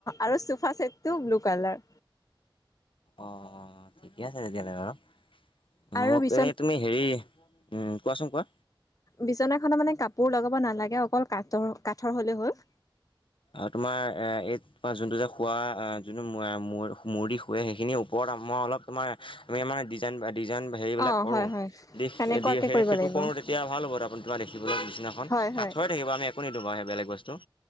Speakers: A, on the left; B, on the left.
A: আৰু চোফা চেটটো ব্লু কালাৰ।
B: অ ঠিকে আছে তেতিয়াহ'লে বাৰু।
A: আৰু
B: মোক
A: বিচনা
B: এনে তুমি হেৰি কোৱাচোন কোৱা।
A: বিচনাখনত মানে কাপোৰ লগাব নালাগে অকল কাঠৰ কাঠৰ হ'লে হ'ল।
B: আৰু তোমাৰ এইট যোনটো যে শুৱা যোনটো মুৰ্দি শুৱে সেইখিনিৰ ওপৰত অ মই অলপ তোমাৰ আমি মানে ডিজাইন-ডিজাইন হেৰিবিলাক
A: অ',
B: কৰো,
A: হয়, হয়,
B: দি
A: সেনেকুৱাকে
B: দি সে-সেইটো
A: কৰিব লাগিব
B: কৰোঁ তেতিয়া ভাল হ'ব তাৰপা আপুনি তোমাৰ দেখিবলৈ বিছনা খন,
A: হয়, হয়।
B: কাঠৰে থাকিব আমি একো নিদো বেলেগ বস্ত।